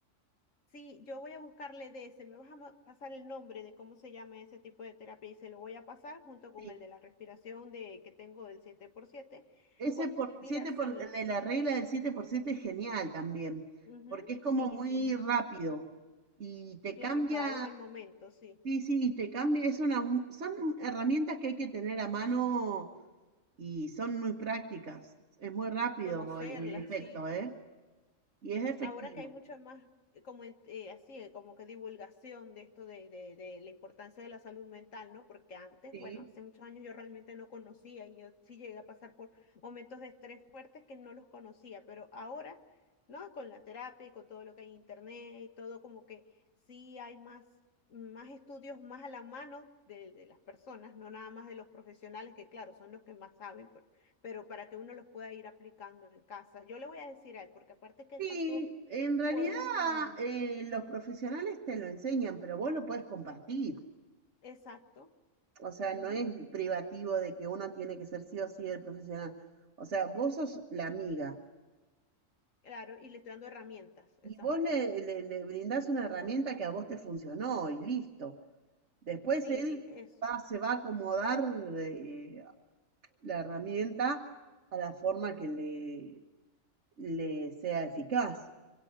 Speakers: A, on the left; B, on the right.
A: Sí, yo voy a buscarle de ese, me vas a ma- pasar el nombre de cómo se llama ese tipo de terapia y se lo voy a pasar junto con
B: Sí,
A: el de la respiración de que tengo del siete por siete.
B: ese
A: porque
B: por,
A: mira,
B: siete
A: sí,
B: por, de la regla del 7 por 7 es genial también,
A: ujú,
B: porque es como
A: sí,
B: muy
A: sí,
B: rápido y te
A: claro,
B: cambia
A: para algo al momento, sí,
B: Sí, sí, y te cambia, es una, mu- son herramientas que hay que tener a mano y son muy prácticas. Es muy rápido
A: conocerla,
B: el, el efecto,
A: sí,
B: ¿eh? Y es efectivo,
A: ahora que hay mucha más, eh, como en- eh, así, eh, como que divulgación de esto de, de, de la importancia de la salud mental, ¿no? Porque antes,
B: ¿sí?
A: bueno, hace muchos años yo realmente no conocía y yo sí llegué a pasar por momentos de estrés fuertes que no los conocía, pero ahora, ¿no? Con la terapia y con todo lo que hay en internet y todo, como que sí hay más. más estudios más a la mano de, de las personas, no nada más de los profesionales, que claro, son los que más saben, pero pero para que uno los pueda ir aplicando en casa. Yo le voy a decir a él, porque aparte que él
B: Sí,
A: pasó
B: en realidad
A: por un,
B: eh, los profesionales te lo enseñan, pero vos lo puedes compartir.
A: exacto,
B: O sea,
A: ujú,
B: no es privativo de que uno tiene que ser sí o sí el profesional. O sea, vos sos la amiga
A: claro, y le estoy dando herramientas,
B: y
A: exacto.
B: vos le, le le brindás una herramienta que a vos te funcionó y listo. Después
A: Sí,
B: él
A: eso,
B: va- se va a acomodar eh, la herramienta a la forma que le, le sea eficaz.